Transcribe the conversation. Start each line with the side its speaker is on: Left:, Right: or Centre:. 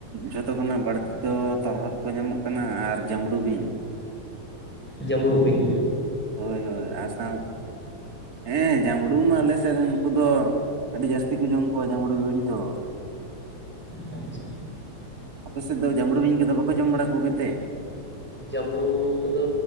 Right: ᱡᱷᱚᱛᱚ ᱠᱷᱚᱱᱟᱜ ᱵᱟᱹᱲᱛᱤ ᱫᱚ ᱛᱚᱨᱦᱚᱫ ᱠᱚ ᱧᱟᱢᱚᱜ ᱠᱟᱱᱟ ᱟᱨ ᱡᱟᱸᱵᱽᱲᱩ ᱵᱤᱧ᱾
Centre: ᱡᱟᱢᱲᱩ ᱵᱤᱝ
Right: ᱦᱳᱭ ᱦᱳᱭ ᱟᱨ ᱥᱟᱣ, ᱦᱮᱸ ᱡᱟᱢᱲᱩ ᱢᱟ ᱟᱞᱮ ᱥᱮᱫ ᱨᱮᱱ ᱩᱱᱠᱩ ᱫᱚ ᱟᱹᱰᱤ ᱡᱟᱹᱥᱛᱤ ᱠᱚ ᱡᱚᱢ ᱠᱚᱣᱟ ᱡᱟᱸᱢᱲᱩ ᱵᱤᱧ ᱫᱚ᱾
Centre: ᱟᱪᱪᱷᱟ᱾
Right: ᱟᱯᱮᱥᱮᱫ ᱫᱚ ᱡᱟᱢᱲᱩ ᱵᱤᱧ ᱠᱚᱫᱚ ᱵᱟᱠᱚ ᱡᱚᱢ ᱵᱟᱲᱟ ᱠᱚᱜᱮᱛᱮ?
Centre: ᱡᱟᱢᱲᱩ ᱠᱚᱫᱚ